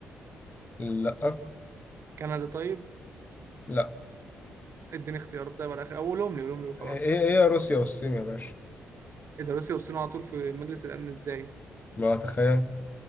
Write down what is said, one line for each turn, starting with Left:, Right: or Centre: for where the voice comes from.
Left: لا
Right: كندا طيب
Left: لا
Right: اديني اختيارات طيب على الآخر أو قولهم لي قولهم لي وخلاص
Left: ايه ايه روسيا والصين يا باشا
Right: إيه ده روسيا والصين على طول في مجلس الأمن إزاي
Left: ما تخيل